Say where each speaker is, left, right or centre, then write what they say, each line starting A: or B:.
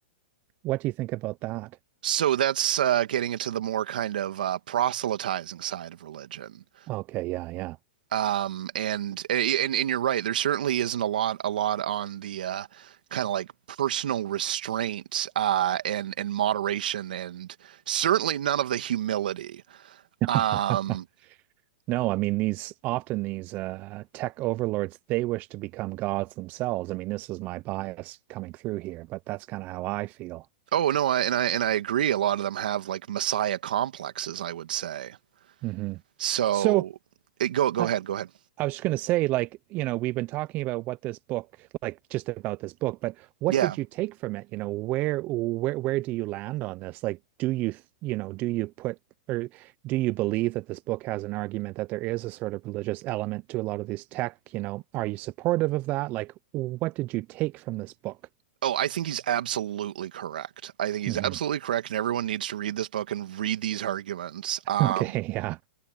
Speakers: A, on the right (about 35°); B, on the right (about 75°).
A: what do you think about that?
B: So that's uh, getting into the more kind of uh, proselytizing side of religion.
A: Okay, yeah, yeah.
B: Um, and, and and you're right. There certainly isn't a lot a lot on the uh, kind of like personal restraint uh, and and moderation, and certainly none of the humility.
A: No.
B: Um,
A: <laughs> No, I mean these often these uh, tech overlords, they wish to become gods themselves. I mean, this is my bias coming through here, but that's kind of how I feel.
B: oh no, I, and I and I agree. A lot of them have like messiah complexes, I would say.
A: hmm
B: So
A: So,
B: it, go go
A: uh,
B: ahead, go ahead.
A: I was just going to say, like, you know, we've been talking about what this book, like, just about this book, but what
B: Yeah.
A: did you take from it? You know, where, where, where do you land on this? Like, do you, you know, do you put, or do you believe that this book has an argument that there is a sort of religious element to a lot of these tech? You know, are you supportive of that? Like, what did you take from this book?
B: Oh, I think he's absolutely correct. I think he's
A: Mm-hmm.
B: absolutely
A: <laughs>
B: correct, and everyone needs to read this book and read these arguments. Um,
A: Okay, yeah,